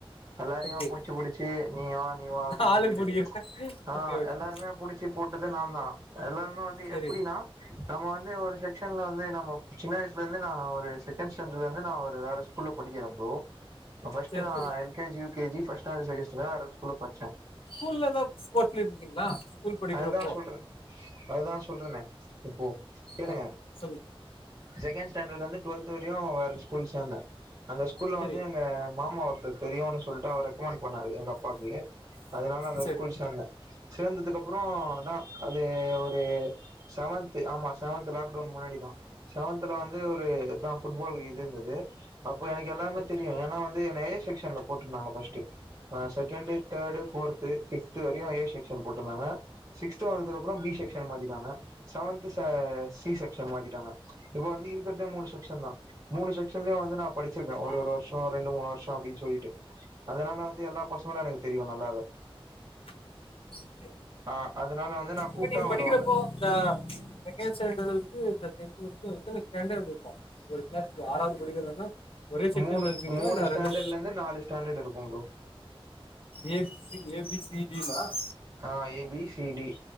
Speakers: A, on the right (about 35°); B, on the left (about 65°).
A: எல்லாரையும்
B: ஓகே
A: புடிச்சு
B: ஓகே
A: புிடிச்சு நீ வா நீ வா அப்படின்னு
B: ஆளும்
A: சொல்லிட்டு
B: கூடியிருக்க
A: ஆஹ்
B: ஓகே ஓகே
A: எல்லாருமே புடிச்சு போட் து நா தான் எல்லாம் சும்மா வந்து
B: சரி
A: எப்டின்னா நம்ப வந்து ஒரு செக்ஷன்ல வந்து நம்ப சின்ன வயசுலேருந்து நான் ஒரு செகண்ட் ஸ்டாண்டர்ட்லருந்து நான் ஒரு வேறு ஸ்கூல்ல படிக்கற ப்ரோ ஃபர்ஸ்ட்
B: சரி
A: நா
B: சரி
A: L K G U K G first standard second standard வேற ஸ்கூல் <unintelligible>
B: ஸ்கூல்ல ஏதா ஸ்போர்ட்ல இருந்தீங்களா ஸ்கூல் படிக்கிறப்போ
A: அதுதான் சொல்றேன் அதுதான் சொல்றேனே இப்போ கேளுங்க
B: ஆ சொல்லுங்க
A: செகன் செகன்ட் ஸ்டாண்டர்ட்லந்து டுவெல்த் வரையும் வேற ஸ்கூல்ல சேந்தேன் அந்த ஸ்கூல்ல
B: சரி
A: வந்து எங்க மாமா <unintelligible> தெரியும்ன்னு சொல்லிட்டு அவர் ரெக்கமெண்ட் பண்ணாரு எங்க அப்பாவுக்கு அதனால அந்த
B: சரி
A: ஸ்கூல் சேந்தேன் சேந்ததுக்கு அப்புறம் தான் அது ஒரு செவன்த் ஆமா செவன்த் லாக்டவுன் முன்னாடிதான் செவன்த்ல வந்து ஒருதான் பேஸ்கட்பால் இது இருந்தது அப்போ எனக்கு எல்லாமே
B: சரி
A: தெரியும் ஏன்னா வந்து ஏ செக்சன்ல போட்ருந்தாங்க ஃபஸ்ட் ஆ செகண்ட் தேர்டு ஃபோர்த் ஃபிப்த் வரையும் ஏ செக்ஷன் போட்ருந்தாங்க சிக்த் வந்ததுக்கு அப்புறோம் பி செக்ஷன் மாத்திட்டாங்க செவன்த் சி செக்ஷன் மாத்திட்டாங்க இப்ப வந்து இருக்கிறதே மூணு செக்க்ஷன் தான் மூணு செக்ன்லய வந்து நான் படிச்சிருக்கேன் ஒரு
B: ஆ
A: ஒரு வருஷோம் ரெண்டு மூணு வருஷோம் அப்டின்னு சொல்லிட்டு அதனால வந்து எல்லா பசங்களும் எனக்கு தெரியும் நல்லாவே
B: <inaudible>
A: ஆ அதனால வந்து நா
B: இப்ப
A: கூப்ட்டா
B: நீங்க படிக்கிறப்போ
A: வருவாங்க
B: இந்தா மெக்கானசான்றது வந்து <inaudible> எத்தன ஸாண்டர் <unintelligible> இருக்கும் ஒரு கிளாஸ் ஆறாவது படிக்கிறதுனா ஒரே செக்ஷன்ல
A: மூணு
B: இருப்பீங்களா
A: மூணு
B: இல்லை
A: ஸ்டாண்டர்ட்ல
B: ரெண்டு
A: இருந்து நாலு ஸ்டாண்டர்ட் இருக்கும் bro
B: A ஏபிசிடினா <inaudible>
A: ah AB C D